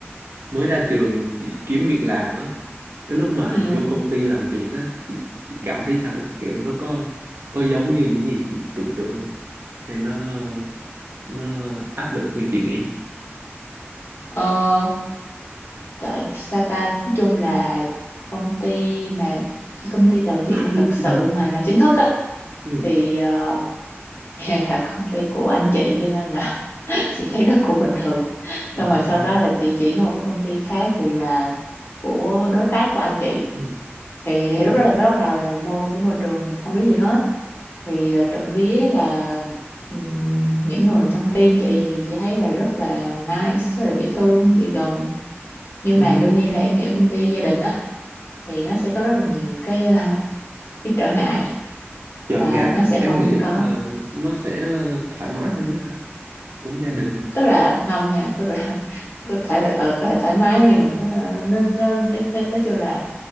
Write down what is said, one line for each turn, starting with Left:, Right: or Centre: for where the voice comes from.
Right: mới ra trường chị kiếm việc làm á cái lúc mà
Left: Ừ,
Right: vô công ty làm việc á chị, chị cảm thấy sao đó kiểu nó có có giống như những gì chị tưởng tượng không hay nó nó áp lực hơn chị nghĩ
Left: ờ, tại Sata nói chung là công ty mà cái công ty đầu tiên
Right: <coughs>
Left: mà thật sự
Right: ừ.
Left: mà làm chính thức á
Right: Ừ.
Left: thì ờ, <laughs> là công ty của anh chị cho nên là <laughs> chị thấy nó cũng bình thường
Right: À.
Left: xong rồi sau đó là chị chuyển qua một cái công ty khác thì là của đối tác của anh chị
Right: Ừ.
Left: thì, thì
Right: Ừ.
Left: lúc đó là mới bắt đầu là mô một cái môi trường mình không biết gì hết thì uh, trộm vía là ừm, những người trong team chị thì chị thấy là rất là nice rất là dễ thương dễ gần nhưng
Right: Ừ.
Left: mà đương nhiên là em hiểu công ty gia đình đó thì nó sẽ có rất là nhiều cái <laughs> cái trở ngại
Right: Chờ
Left: à,
Right: ngại
Left: nó
Right: hả
Left: sẽ
Right: em
Left: không
Right: nghĩ là
Left: có
Right: nó sẽ thoải mái hơn nhất á cũng gia đình rồi
Left: tức là không nha tức là <laughs> có thể là ừ, có thể thoải mái nhưng mà nó nó nó nó- nó- nói chung là